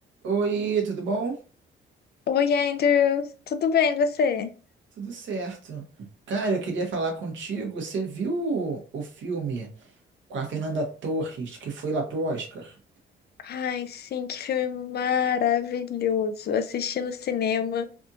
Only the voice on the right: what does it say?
Oi, tudo bom?
Tudo certo. Cara, eu queria falar contigo. Você viu o, o filme com a Fernanda Torres que foi lá pro Oscar?